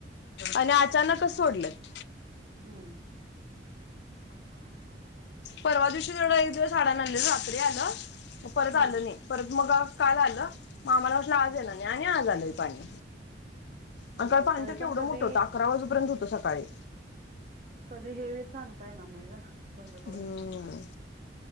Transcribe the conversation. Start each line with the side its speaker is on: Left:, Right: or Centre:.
Left: आणि अचानकच सोडलत
Right: हम्म <inaudible>
Left: परवा दिवशी तेवढं एक दिवस आढळ रात्री आलं परत
Right: हा
Left: आलं नई. परत मगं काल आलं म आम्हाला वाटलं आज येणार नाई आणि आज आलंय पाणी.
Right: हम्म
Left: अं काय पाणी
Right: तरी
Left: केवढं
Right: पण कधी
Left: मोठ होतं अकरा वाजंपर्यंत होतं सकाळी.
Right: कधी हे व्हईल सांगता येनार नाय ग. बंद पडल
Left: हम्म.